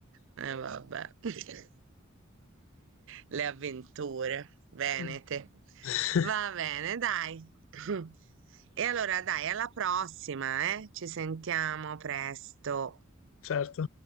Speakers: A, on the right; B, on the left.
A: E vabbè. <laughs> Le avventure venete.
B: Mm. <laughs>
A: Va bene, dai. <clears throat> <laughs> E allora dai, alla prossima, eh? Ci sentiamo presto.
B: Certo.